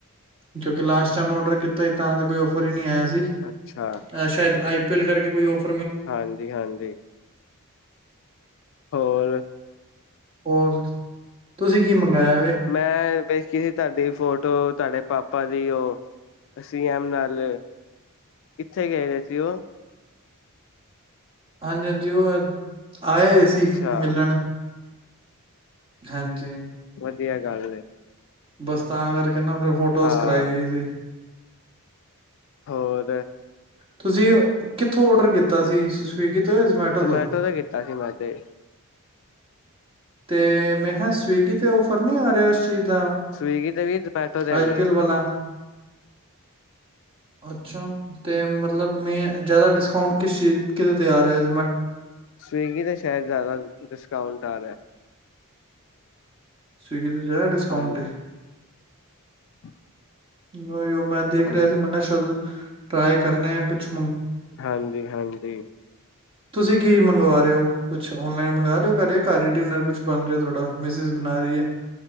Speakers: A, on the right (about 25°); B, on the left (about 60°).
A: ਕਿਉਂਕਿ ਲਾਸਟ ਟਾਈਮ ਔਡਰ ਕੀਤਾਈ ਤਾਂ ਤੇ ਕੋਈ ਔਫਰ ਹੀ ਨੀ ਆਇਆ ਸ ਜੀ
B: ਅੱਛਾ
A: ਏਹ ਸ਼ਾਇਦ ਆਈ ਤਿਲ ਕਰਕੇ ਕੋਈ ਉਹ ਔਫ
B: ਹਾਂਜੀ, ਹਾਂਜੀ। ਹੋਰ।
A: ਹੋਰ, ਤੁਸੀਂ ਕੀ ਮਗਾਇਆ?
B: ਮੈਂ ਵੇਖੀ ਸੀ ਤੁਹਾਡੀ ਫੋਟੋ ਤੁਹਾਡੇ ਪਾਪਾ ਦੀ ਉਹ ਸੀ ਐਮ ਨਾਲ ਕਿੱਥੇ ਗਏ ਦੇ ਸੀ ਉਹ।
A: ਹਾਂਜੀ, ਹਾਂਜੀ ਉਹ ਆਏ ਹੋਏ ਸੀ
B: ਅੱਛਾ
A: ਮਿਲਣ। ਹਾਂਜੀ,
B: ਵਧੀਆ ਗੱਲ ਏ।
A: ਬਸ, ਤਾਂ ਕਰਕੇ ਕਿੰਨਾ ਫਿਰ ਫੋਟੋਜ਼
B: ਹਾਂ
A: ਕਰਾਈ ਦੀ ਸੀ।
B: ਹੋਰ
A: ਤੁਸੀਂ, ਕਿੱਥੋਂ ਔਡਰ ਕੀਤਾ ਸੀ? ਤੋਂ ਜਾਂ ਜ਼ਮੈਟੋ
B: ਜਮੈਟੋ
A: ਤੋਂ
B: ਤੇ ਕੀਤਾ ਸੀ ਮੈਂ ਤੇ
A: ਤੇ ਮੈਂ ਕਿਹਾ ਸਵਿਗੀ ਤੇ ਔਫ਼ਰ ਨੀ ਆ ਰਿਹਾ। ਚੀਜ਼ ਦਾ
B: ਸਵਿਗੀ ਤੇ ਵੀ ਜਮੈਟੋ ਤੇ
A: ਆਈਪੀਐਲ
B: ਵੀ ਏ।
A: ਵਾਲਾ ਅੱਛਾ, ਤੇ ਮਤਲਬ ਮੈਂ ਜ਼ਿਆਦਾ ਡਿਸਕਾਊਂਟ ਕਿਸ ਚੀਜ਼, ਕਿਦੇ ਤੇ ਆ ਰਿਹਾ ਏ।
B: ਸਵਿਗੀ ਤੇ ਸ਼ਾਇਦ ਜ਼ਿਆਦਾ ਡਿਸਕਾਊਂਟ ਕਰ ਰਿਹਾ
A: ਸਵਿਗ ਕਿਤੇ ਜ਼ਰਾ ਡਿਸਕਾਊਂਟ
B: ਹਾਂਜੀ
A: ਏ।
B: <inaudible>
A: ਉਹੀਓ ਮੈਂ ਦੇਖ
B: ਹਾਂਜੀ
A: ਰਿਹਾ ਸੀ ਮੈਂ ਕਿਹਾ ਸ਼ਬਦ ਟਰਾਏ ਕਰਨੇ ਆ ਕੁੱਛ
B: ਹਾਂਜੀ- ਹਾਂਜੀ,
A: ਤੁਸੀਂ ਕੀ ਮੰਗਵਾ ਰਹੇ ਹੋ? ਕੁਛ ਓਨਲਾਈਨ ਮੰਗਵਾ ਰਹੇ ਹੋ ਘਰ, ਘਰ ਹੀ ਡਿਨਰ ਕੁਛ ਬਣ ਰਿਹਾ ਤੁਹਾਡਾ ਮਿਸਿਜ ਬਣਾ ਰਹੀ ਹੈ।